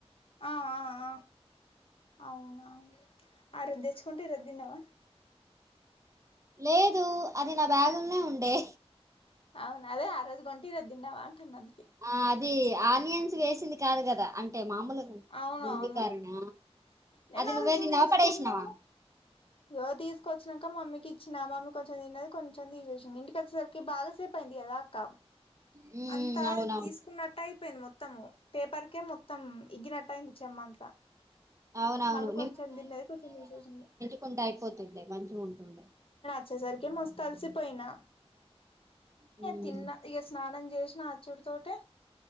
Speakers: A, on the left; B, on the right.
A: ఆ ఆ ఆ అవునా ఆ రోజ్ తెచ్చుకుంటే ఈరోజు తిన్నవా
B: లేదు అది నా బ్యాగ్ ల్నే ఉండే
A: అవున అదే ఆ రోజు కొంటివి తిన్నావా అంటున్నా అందుకే
B: ఆ అది ఆనియన్స్ వేసింది కాదు కదా అంటే మామూలుగా
A: అవును
B: బూంది
A: అవును
B: కారన
A: నేను
B: అది
A: ఆ
B: నువ్వే
A: రోజు
B: తిన్నావా
A: తీసుకున్నాము
B: పడేసినవా
A: ఇగో తీసుకొచ్చినాక మమ్మీకి ఇచ్చినా మమ్మీ కొంచెం తన్నది కొంచెం తీసేసింది ఇంటికోచ్చేసరికి బాగాసేపు అయింది కదా త
B: హ్మ్
A: అంత
B: అవునవును
A: తీసుకున్నట్టు అయిపోయింది మొత్తము పేపర్కే మొ త్తం ఎగ్గినట్టటు అఇంది చెమ్మ అంతా
B: అవునవును
A: మమ్మీ కొంచెం తిన్నది కొంచెం ఊసేసింది
B: కుంటే అయిపోతుండే మంచిగుంటుండే
A: వచ్చేసరికే మస్తు అలిసిపోయినా
B: హ్మ్
A: తిన్న ఇగ స్నా నం చేసిన ఆచ్చుడు తోటే